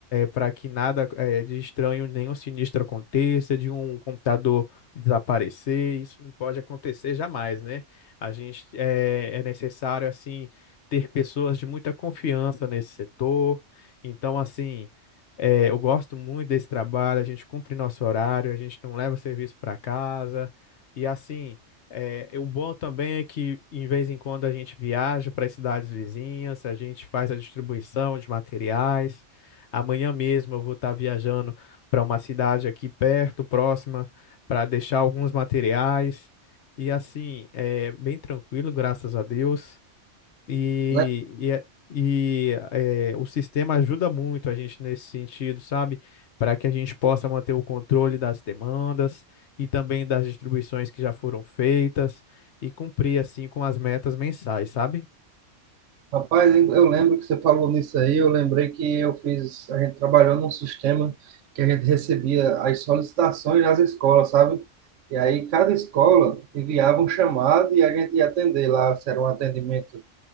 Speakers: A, on the left; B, on the right.
A: para que nada é, de estranho, nenhum sinistro aconteça, de um computador desaparecer, isso não pode acontecer jamais, né? A gente é, é necessário, assim ter pessoas de muita confiança nesse setor. Então, assim, eh, eu gosto muito desse trabalho, a gente cumpre nosso horário, a gente não leva serviço para casa. E, assim, eh, o bom também é que, em vez em quando, a gente viaja para as cidades vizinhas, a gente faz a distribuição de materiais. Amanhã mesmo eu vou estar viajando para uma cidade aqui perto, próxima, para deixar alguns materiais. E assim, é bem tranquilo, graças a Deus. E,
B: Le-
A: e, e é, o sistema ajuda muito a gente nesse sentido, sabe? Para que a gente possa manter o controle das demandas e também das distribuições que já foram feitas e cumprir, assim, com as metas mensais, sabe?
B: Rapaz, eu lembro que você falou nisso aí, eu lembrei que eu fiz, a gente trabalhou num sistema que a gente recebia as solicitações das escolas, sabe? E aí cada escola enviava um chamado e a gente ia atender lá, se era um atendimento